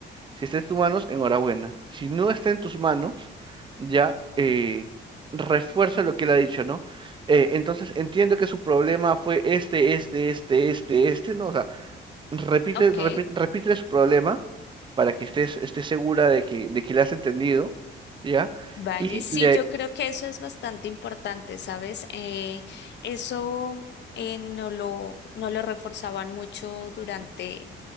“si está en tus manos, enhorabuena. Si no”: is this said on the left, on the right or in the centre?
Right